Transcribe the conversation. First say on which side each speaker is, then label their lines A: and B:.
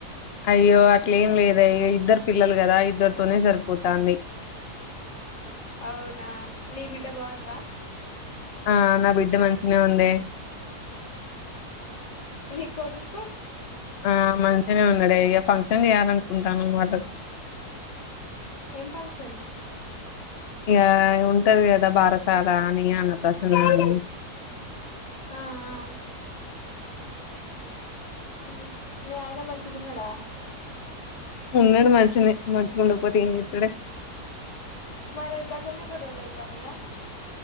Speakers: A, on the left; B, on the left.
A: అయ్యో అట్లేం లేదు అయ్యో ఇద్దరు పిల్లలు కదా ఇద్దరితోనే సరిపోతాంది
B: అవునా నీ బిడ్డ బాగుందా
A: ఆ నా బిడ్డ మంచిినే ఉంది
B: నీ కోడుకు
A: ఆ మంచినే ఉన్నాడే ఇగ ఫంక్షన్ చేయాలనుకుంటాను వాళ్ళకు
B: ఏం ఫంక్షను
A: ఇగ ఉంటది కదా భారసాల అని అన్నప్రాసన అని
B: ఆ ఆ హ్ మీ ఆయిన మంచి గున్నడా
A: ఉన్నాడు మంచినే మంచి ఉండకపోతే ఏం చెత్తడే
B: మరి గట్లనే గొడవలు అయితా నయా